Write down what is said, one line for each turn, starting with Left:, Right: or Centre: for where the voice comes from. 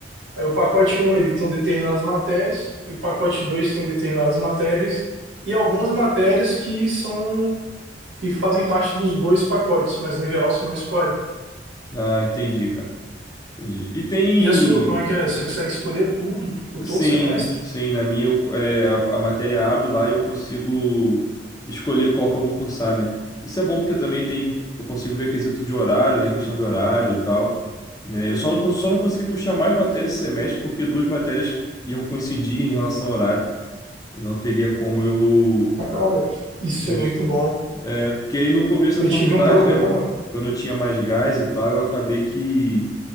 Right: Aí o pacote um ele tem determinadas matérias, e o pacote 2 tem determinadas matérias, e algumas matérias que são que fazem parte dos dois pacotes, mas no geral você não escolhe.
Left: Ah, entendi, cara. Entendi. E tem.
Right: E a sua, como é que é? Você consegue escolher tudo, tipo, todo
Left: Sim,
Right: semestre?
Left: sim, na minha eu- é, a, a matéria abre lá e eu consigo escolher qual que eu vou cursar, né? Isso é bom porque também tem, eu consigo ver quesito de horário, né? Questão de horário e tal, né? Eu só não, cons- só não consegui puxar mais matérias esse semestre porque duas matérias iam coincidir em relação ao horário e não teria como eu,
Right: Cara, isso
Left: eu...
Right: é muito bom.
Left: é, Porque aí no começo da
Right: Eu
Left: faculdade,
Right: tive um problema.
Left: né? Quando eu tinha mais gás e tal, eu acabei que